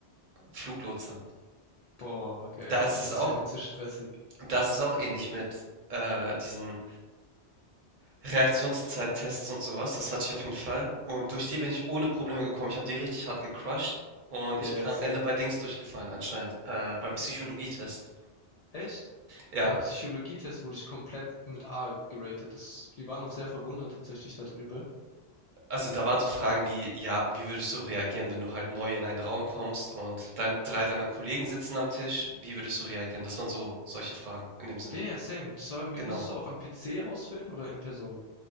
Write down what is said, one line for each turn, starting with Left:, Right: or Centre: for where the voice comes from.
Right: Fluglotse.
Left: Boah, geil,
Right: Da ist
Left: aber
Right: es
Left: das
Right: auch
Left: wäre mir zu stressig.
Right: das ist auch ähnlich mit, äh, diesen Reaktionszeittests und sowas Das hatte ich auf jeden Fall und durch die bin ich ohne Probleme gekommen. Ich habe die richtig hart gecrushed und ich
Left: Der
Right: bin am
Left: ist,
Right: Ende
Left: äh,
Right: bei Dings durchgefallen anscheinend, äh, beim Psychologietest.
Left: echt?
Right: Ja,
Left: Beim Psychologietest wurde ich komplett mit A geratet. Das, die waren noch sehr verwundert tatsächlich darüber.
Right: Also, da waren so Fragen wie, ja, wie würdest du reagieren, wenn du halt neu in einen Raum kommst und dann 3 deiner Kollegen sitzen am Tisch? Wie würdest du reagieren? Das waren so solche Fragen in dem Sinne.
Left: Ja, ja, same. Das war, mir-
Right: Genau.
Left: musstest du auch am PC ausfüllen oder in Person?